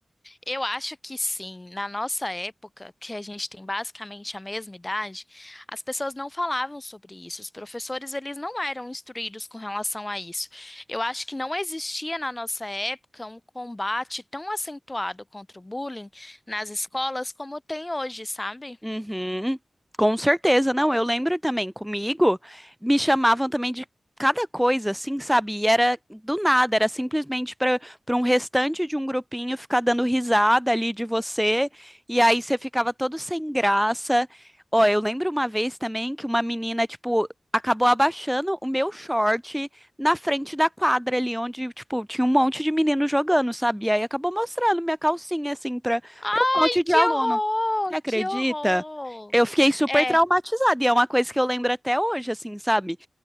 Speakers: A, on the left; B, in the centre.
A: Eu acho que sim. Na nossa época, que a gente tem basicamente a mesma idade, as pessoas não falavam sobre isso. Os professores, eles não eram instruídos com relação a isso. Eu acho que não existia na nossa época um combate tão acentuado contra o bullying nas escolas como tem hoje, sabe?
B: Uhum, com certeza, não. Eu lembro também, comigo, me chamavam também de cada coisa, assim, sabe? E era do nada, era simplesmente para para um restante de um grupinho ficar dando risada ali de você, e aí você ficava todo sem graça. Ó, eu lembro uma vez também que uma menina, tipo, acabou abaixando o meu short na frente da quadra ali, onde, tipo, tinha um monte de menino jogando, sabe? E aí acabou mostrando minha calcinha, assim, para
A: Ai,
B: para um monte de
A: que
B: aluno.
A: horror!
B: Você acredita?
A: Que horror!
B: Eu fiquei super
A: É.
B: traumatizada e é uma coisa que eu lembro até hoje, assim, sabe?